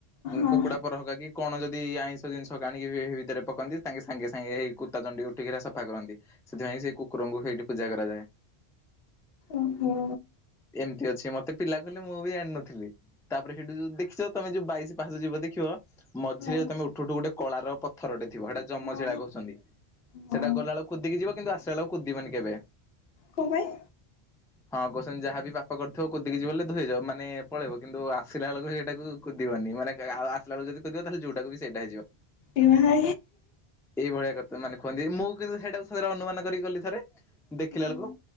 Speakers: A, on the left (about 70°); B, in the centre.
A: ହଁ
B: କୁକୁଡା ପର ହଗ କି କଣ ଯଦି ଆଇଁଷ ଜିନିଷ କାଣିକି ଭିତରେ ପକନ୍ତି ତାଙ୍କେ ସାଙ୍ଗେ ସାଙ୍ଗେ ହେଇ କୁତାଚଣ୍ଡି ଉଠିକିରା ସବ ସଫା କରନ୍ତି ସେଥିପାଇଁ ସେଇ କୁକୁରଙ୍କୁ ସେଇଠି ପୂଜା କରାଯାଏ।
A: ଓହୋ।
B: ଏମିତି ଅଛି ମତେ ପିଲା କହିଲେ ମୁଁ ବି ଆଣିନଥିଲି। ତାପରେ ସେଠୁ ଯଉ ଦେଖିଚ ତମେ ଯୋଉ ବାଇଶି ପାହାଚ ଯିବ ଦେଖିବ। ମଝିରେ
A: ହଁ ହଁ।
B: ତମେ ଉଠୁ ଉଠୁ ଗୋଟେ କଳାର ପଥରଟେ ଥିବ ହେ଼ଏଇଟା ଜମଶିଳାା
A: ହଁ
B: କହୁଛନ୍ତି।
A: ହଁ
B: ସେଟା ଗଲାବେଳେ କୁଦିକି ଯିବ କିନ୍ତୁ ଆସିଲା ବେଳେ କୁୁଦିବନି କେବେ?
A: କଣ ପାଇଁ?
B: ହଁ କହୁଛନ୍ତି ଯାହା ବି ପାପ କରିଥିବ କୁଦିକି ଯିବଲେ ପଳେଇବ ମାନେ କିନ୍ତୁ ଆସିଲା ବେଳକୁ ସେଇଟାକୁ କୁଦିବନି ମାନେ ଆସିଲା ବେଳେ ଯଦି କୁଦିବ ତାହେଲେ ଯୋଉଟାକୁ ବି ସେଇଟା ହେଇଯିବ।
A: ଏମା ହେ
B: ଏଇଭଳିଆ କଥା ମାନେ କୁହନ୍ତି ମୁଁ କିନ୍ତୁ ସେଇଟାକୁ ଥରେ ଅନୁମାନ କରିକି ଗଲି ଥରେ ଦେଖିଲା
A: ହଁ
B: ବେଳକୁ